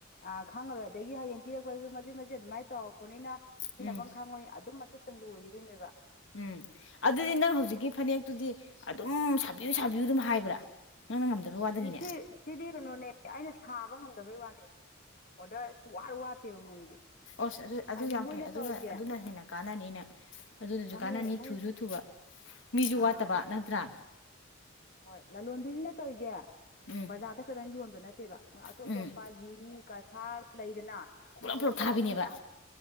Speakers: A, on the left; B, on the left.
A: ꯑ ꯈꯥꯡꯔꯣꯏ ꯗ ꯍꯌꯦꯡꯄꯤꯔꯛꯄ ꯑꯗꯨꯃꯥꯏꯅ ꯇꯧꯕꯅꯤꯅ ꯁꯤꯟꯅꯐꯝ
B: ꯎꯝ
A: ꯈꯪꯉꯣꯏ ꯑꯗꯨꯝ ꯆꯠꯇ ꯂꯣꯏꯒꯤꯗꯣꯏꯅꯦꯕ
B: ꯎꯝ ꯑꯗꯨꯗꯤ ꯅꯪ ꯍꯧꯖꯤꯛꯀꯤ ꯐꯅꯦꯛꯇꯨꯗꯤ ꯑꯗꯨꯝ ꯁꯥꯕꯤ ꯑꯗꯨꯝ ꯍꯥꯏꯕ꯭ꯔꯥ ꯅꯪꯅ ꯉꯝꯗꯕ ꯋꯥꯗꯅꯤꯅꯦ
A: ꯁꯤ ꯁꯤꯗꯤꯒ ꯅꯣꯅꯦ ꯑꯩꯅ ꯁꯥꯕ ꯉꯝꯗꯕꯩ ꯋꯥꯅꯤ ꯑꯣꯗ ꯆꯋꯥ ꯋꯥꯋꯥ ꯠꯇꯕ ꯃꯣꯏꯗꯤ
B: ꯑꯁ ꯑꯗꯨ ꯑꯗꯨ
A: ꯍꯥꯏꯗꯤ
B: ꯌꯥꯝ
A: ꯃꯣꯏꯅ
B: ꯐꯩ
A: ꯇꯧꯔꯤꯁꯦ
B: ꯑꯗꯨꯅ ꯑꯗꯨꯅ ꯍꯦꯟꯅ ꯀꯅꯤꯅ ꯑꯗꯨꯅꯁꯨ
A: ꯀꯥꯟꯅꯩꯌꯦ
B: ꯀꯥꯟꯅꯅꯤ
A: ꯃꯣꯏ
B: ꯊꯨꯁꯨ ꯊꯨꯕ ꯃꯤꯁꯨ
A: ꯑ
B: ꯋꯥꯠꯇꯕ ꯅꯠꯇ꯭ꯔꯥ
A: ꯍꯣꯏ ꯂꯂꯣꯟꯕꯤꯁꯤꯅ ꯇꯧꯒꯦ
B: ꯎꯝ
A: ꯕꯖꯥꯔꯗ ꯈꯛꯇꯪ ꯌꯣꯟꯕ ꯅꯠꯇꯦꯕ ꯑꯇꯣꯞ
B: ꯎꯝ
A: ꯑꯇꯣꯞꯄ ꯖꯤꯔꯤ ꯁꯥ ꯂꯩꯗꯅ
B: ꯄꯨꯂꯞ
A: ꯇ
B: ꯄꯨꯂꯞ
A: ꯇꯄ
B: ꯊꯥꯕꯤꯅꯦꯕ
A: ꯃꯄꯝ ꯌꯥ